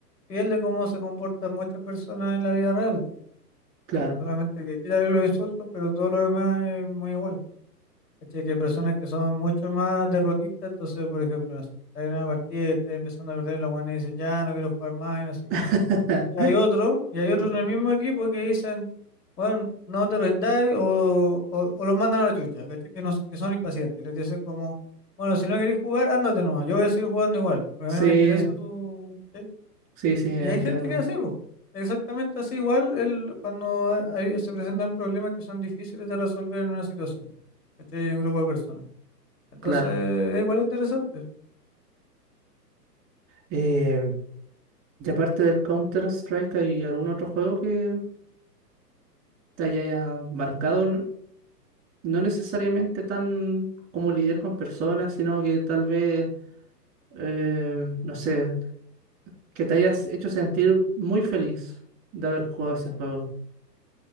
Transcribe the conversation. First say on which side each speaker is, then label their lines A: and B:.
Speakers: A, on the left; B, on the right.
A: fiel de cómo se comportan muchas personas en la vida real.
B: Claro.
A: Eh, Solamente que quitarle los insultos, pero todo lo demás es muy igual. ¿Cachai? Que hay personas que son mucho más derrotistas, entonces, por ejemplo, no sé, está en una partida y está empezando a perder, los buenos dicen, ya, no quiero jugar más y no sé qué.
B: <laughs>
A: Y hay otro, y hay otro
B: Co-
A: en el mismo equipo que dicen, bueno, no te rendáis o, o, o los mandan a la chucha, ¿cachai? Que, no, que son impacientes. Les dicen como, bueno, si no queréis jugar, ándate nomás, yo voy a seguir jugando igual, pero
B: Sí,
A: a mí no me interesa tu... ¿cachai?
B: sí, sí, entiendo.
A: Y hay gente que hace, pues, exactamente así igual el, cuando ha- hay- se presentan problemas que son difíciles de resolver en una situación, ¿cachai? En un grupo de personas. Entonces,
B: Claro.
A: es igual interesante.
B: Eh, y aparte del Counter-Strike, ¿hay algún otro juego que te haya marcado? N- No necesariamente tan como lidiar con personas, sino que tal vez, eh, no sé. que te hayas hecho sentir muy feliz de haber jugado ese juego.